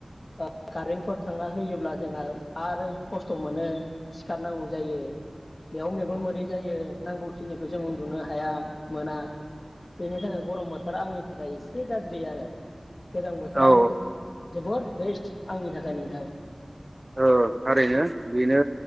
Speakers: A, on the left (about 65°); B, on the right (about 30°).
A: ओ कारेन्टफोर थांना होयोब्ला जोंहा आरो खस्थ मोनो। सिखारनांगौ जायो। बेयाव मेगन मोदै जायो नांगौखिनिखौ जों उन्दुनो हाया। मोना बेनि थाखाय गरम बोथ थोरा आंनि थाखाय एसे गाज्रि आरो। गोजां बोथोरानो
B: औ
A: जोबोर बेस्ट आंनि थाखाय नोंथां।
B: औ थारैनो बेनो